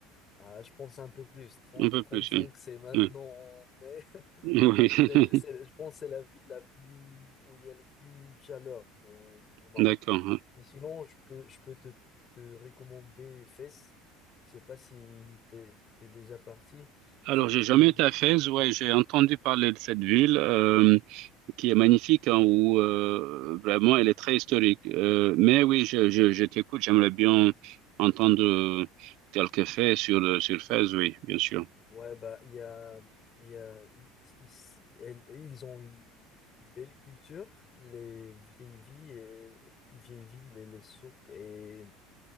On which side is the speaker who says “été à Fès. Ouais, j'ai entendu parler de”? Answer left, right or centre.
Right